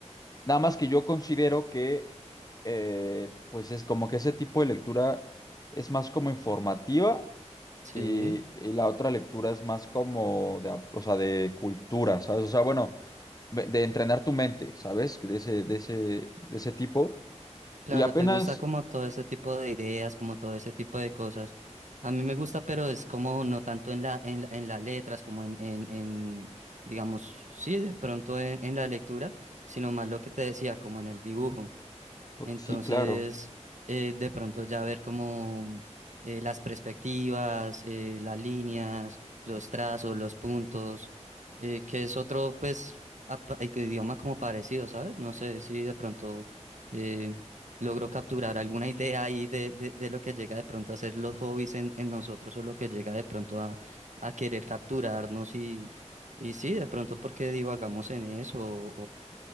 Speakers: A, on the left; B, on the right.
A: Nada más que yo considero que, eh, pues es como que ese tipo de lectura es más como informativa
B: Sí.
A: y, y la otra lectura es más como de, a- o sea, de cultura, ¿sabes? O sea, bueno ve- de entrenar tu mente, ¿sabes? De ese, de ese, de ese tipo.
B: Claro,
A: Y apenas,
B: te gusta como todo ese tipo de ideas, como todo ese tipo de cosas. A mí me gusta, pero es como no tanto en la, en, la- en las letras, como en, en, en, digamos, sí, de pronto en, en la lectura, sino más lo que te decía, como en el dibujo.
A: pues,
B: Entonces,
A: sí, claro.
B: eh, de pronto ya ver como eh, las perspectivas, eh, las líneas, los trazos, los puntos, eh, que es otro, pues, apa- i- idioma como parecido, ¿sabes? No sé si de pronto eh, logro capturar alguna idea ahí de, de, de lo que llega de pronto a ser los hobbies en, en nosotros o lo que llega de pronto a, a querer capturarnos y, y sí, de pronto porque divagamos en eso